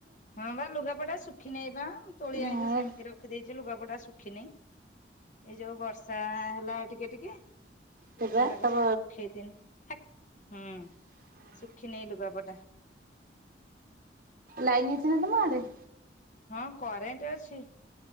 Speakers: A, on the left (about 45°); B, on the right (about 50°).
A: ହଁ ବା ଲୁଗାପତା ଶୁଖି ନେଇ ବା ତୋଳି
B: ହଁ।
A: ଆଣିକି ସେମିତି ରଖ ରଖିଦେଇଛି ଲୁଗାପଟା ଶୁଖିନି ଏଇ ଯୋଉ ବର୍ଷା ହେଲା ଟିକେ ଟିକେ।
B: ସେବା
A: ସେଉରାକ
B: ତମ
A: ସବୁ ସୁଖେଇ ଦେଲି ହୁଁ।
B: <inaudible>
A: ଶୁଖି ନେଇ ଲୁଗା ପଟା।
B: ଲାଇନ ଅଛି ନା ତମ ଆଡ଼େ।
A: ହଁ କରେଣ୍ଟ ଅଛି